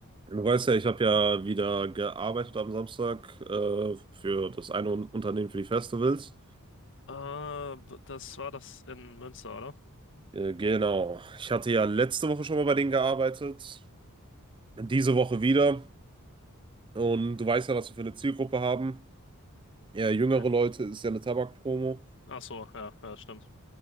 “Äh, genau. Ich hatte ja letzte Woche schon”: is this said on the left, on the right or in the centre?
Right